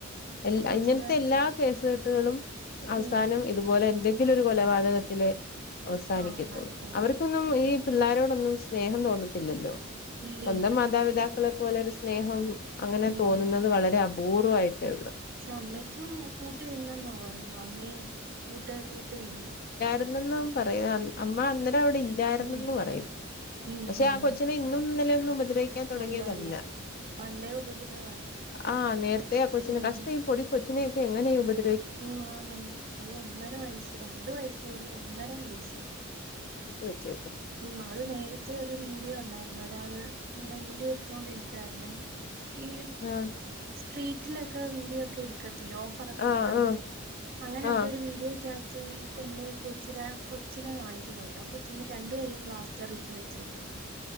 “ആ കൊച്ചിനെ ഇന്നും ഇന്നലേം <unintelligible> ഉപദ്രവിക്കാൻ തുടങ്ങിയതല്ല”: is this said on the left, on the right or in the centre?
Left